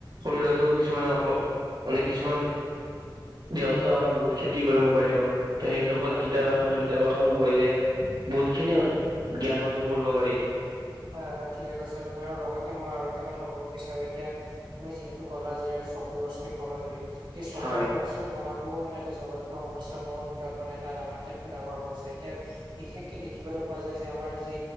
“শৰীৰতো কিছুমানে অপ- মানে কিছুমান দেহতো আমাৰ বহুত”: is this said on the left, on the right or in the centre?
Right